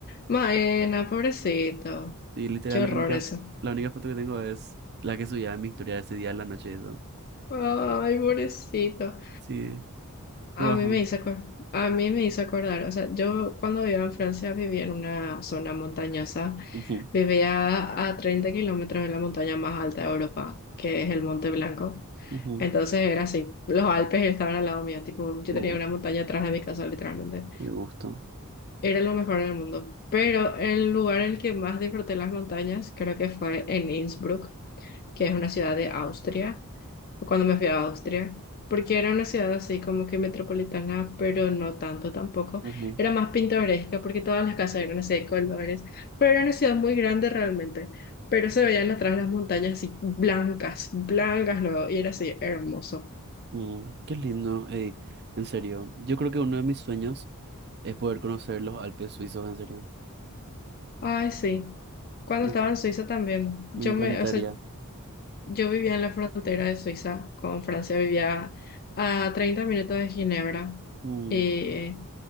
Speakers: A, on the left; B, on the right.
A: Maena, pobrecito.
B: Y literal,
A: Qué horror
B: la única,
A: eso.
B: la única foto que tengo es la que subía en mi historia ese día en la noche. eso.
A: Ay, pobrecito.
B: Sí,
A: A
B: trabajando.
A: mí me hizo acordar, a mí me hizo acordar, o sea, yo cuando vivía en Francia vivía en una zona montañosa,
B: Ujú,
A: vivía a 30 kilómetros de la montaña más alta de Europa, que es el Monte Blanco.
B: ujú.
A: Entonces era así, los Alpes estaban al lado mío, tipo, yo tenía
B: Uh,
A: una montaña atrás de mi casa, literalmente.
B: qué gusto.
A: Era lo mejor en el mundo. Pero el lugar en el que más disfruté las montañas creo que fue en Innsbruck, que es una ciudad de Austria, cuando me fui a Austria, porque era una ciudad así como que metropolitana, pero no tanto tampoco.
B: Ujú,
A: Era más pintoresca porque todas las casas eran así de colores, pero era una ciudad muy grande realmente. Pero se veían atrás las montañas así blancas, blancas luego, y era así hermoso.
B: mm, qué lindo. ey, en serio, yo creo que uno de mis sueños es poder conocer los Alpes suizos, en serio.
A: Ay, sí. Cuando
B: Mm,
A: estaba en Suiza también, yo
B: Me encantaría.
A: me, o sea, Yo vivía en la frontera de Suiza con Francia, vivía a 30 minutos de Ginebra.
B: Mm,
A: Y